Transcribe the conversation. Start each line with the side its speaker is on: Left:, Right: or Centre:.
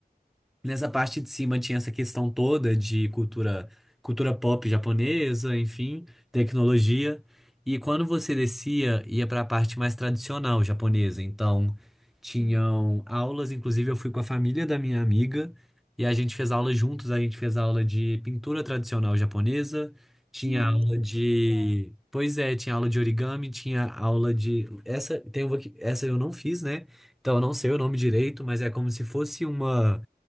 Centre: Nessa parte de cima tinha essa questão toda de cultura, cultura pop japonesa, enfim, tecnologia. E quando você descia, ia para a parte mais tradicional japonesa. Então, tinham
Right: Hum.
Centre: aulas, inclusive eu fui com a família da minha amiga e a gente fez aula juntos, a gente fez aula de pintura tradicional japonesa, tinha
Right: Nossa,
Centre: aula de,
Right: que legal.
Centre: pois é, tinha aula de origami, tinha aula de essa, tem uma que essa eu não fiz, né? Então, eu não sei o nome direito, mas é como se fosse uma